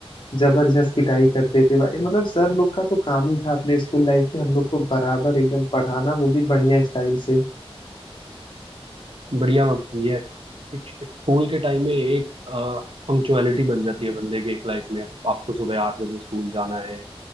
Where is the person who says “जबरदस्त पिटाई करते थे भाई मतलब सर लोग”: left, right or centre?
Left